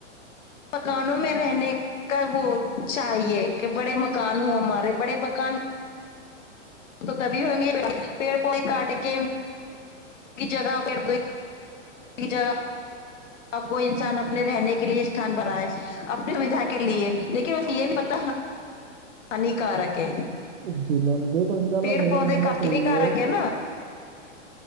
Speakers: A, on the left (about 80°); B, on the right (about 60°).
A: مکانوں میں رہنے کا وہ چاہیے کہ بڑے مکان ہو ہمارے بڑے مکان تو تبھی ہوئیں گے پیڑ پے کاٹے کے کی جگہ پڑ پ ایک جگہ <unintelligible> اب کوئی انسان اپنے رہنے کے لیے استھان بنائے اپنی سھا کے لیے لیکن اس یہ نہیں پتا ہانیکارک ہے
B: جی میم دیکھو ان اللہ
A: پیڑ
B: میرا
A: پودے
B: ماننا
A: کر
B: تو
A: کے
B: یہی
A: نہیں گھر
B: ہے
A: آ گ نا